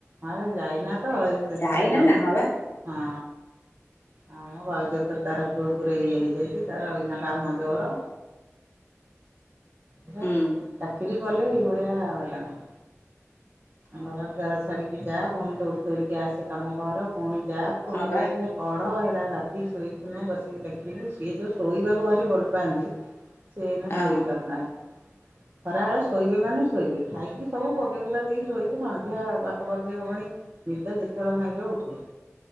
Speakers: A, on the right; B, on the left.
A: ଆଉ ଯାଇନା ତ ସେଥିପାଇଁ
B: ଯାଇନା
A: ଆଉ
B: ନା ହଁ ବା
A: ହଁ। ଆମ ଭାଉଜତ ତାର ଗ୍ରୁପ ରେ ଇଏ ହେଇଯାଇଛି ତାର ଏଇନା କାମ ଜୋର। ସେଇଆ
B: ହୁଁ
A: ଚାକିରି କଲେ ଏଇଭଳିଆ ହଇରାଣ। ଘର ଦ୍ୱାର ଛାଡିକି ଯା ପୁଣି ଦୌଡି ଦୌଡିକି ଆସେ କାମ କର ପୁଣି ଯା ପୁଣି
B: ହଁ ବା
A: ଲେଖ୍ ସେ ପଢ଼ ହେରା ରାତି ଶୋଇଥିନୁ ବସିକି ଲେଖିଲୁ ସିଏ ଯଉଁ ଶୋଇବାକୁ ଭାରି ଭଲ ପାଆନ୍ତି। <inaudible> ସେ ଏଇନା
B: ହଁ
A: ଶୋଇପାରୁନାହାନ୍ତି ଖରାବେଳେ ଶୋଇବେ ମାନେ ଶୋଇବେ ଖାଇକି ସବୁ ପକେଇ ପୁକା ଦେଇକି ଶୋଇବେ ସନ୍ଧ୍ୟା ପାଖପାଖି ହବଣି ନିଦ ଯେତେବେଳେ ଭାଙ୍ଗିବ ଉଠିବେ।